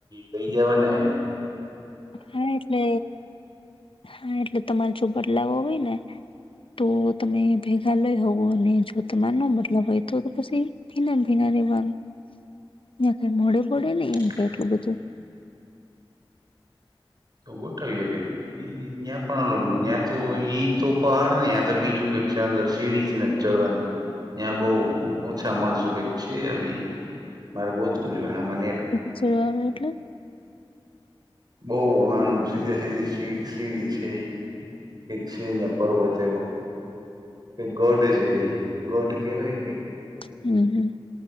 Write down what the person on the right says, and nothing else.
લઈ જવા નેે.
બરોબર
તોવ થઈ ગ. એ ત્યાં પણલ ત્યાં તો ઈ તો પહાડ ને ત્યાં તો બીજું કઈક છે અંદર સીડી થી નથી. ચડવાની ત્યાં બહ ઓછા માણસો કક છ ઈ. મારે ગોતવું જોઈએ મને.
બહુ એમ સીધે સીધી સી સીડી છે એ. ક છે અહંયા પર્વત એવો કે ગઢ છે. ગોટ કેવાય.